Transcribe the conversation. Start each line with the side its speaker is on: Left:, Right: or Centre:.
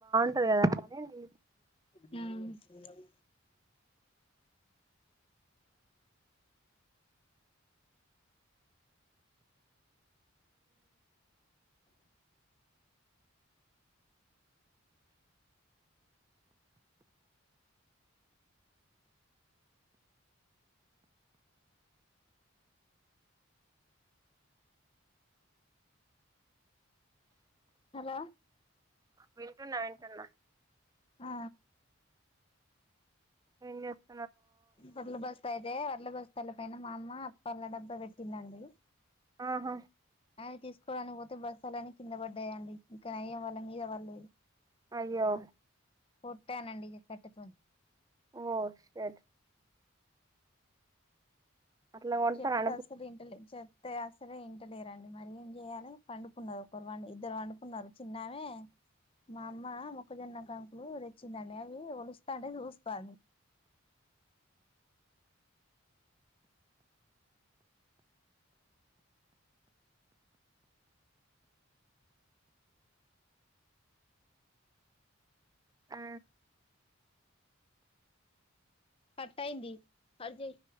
Right: సరే అండి
Left: మ్మ్ హ్ హలో
Right: వింటున్నా వింటున్నా
Left: ఆ
Right: ఏం చేస్తూ
Left: వడ్ల బస్తా అయితే వడ్ల బస్తల పైన మా అమ్మ అప్పల డబ్బా పెట్టిందండి
Right: ఆహా
Left: అవి తీసుకోవడానికి పోతే బస్తాలన్నీ కింద పడ్డాయండి ఇంకా నయ్యం వాళ్ల మీద పడలేదు
Right: అయ్యో
Left: కొట్టానండి ఇగా ఈ కట్టెతోని
Right: ఓ షెట్ అట్లా కొంటారండి
Left: చెప్పుతే అస్సలు వింటలే చోప్ తే అస్సలే వింటలేరండి మరి ఏం చేయాలే పండుకున్నారు ఒకరు వండు ఇద్దరు పండుకున్నారు చిన్నామే మా అమ్మ మొక్కజొన్న కాంకులు తెచ్చిందండి అవి ఒలుస్తాంటే చూస్తంది
Right: ఆ
Left: కట్టయింది కట్ చెయ్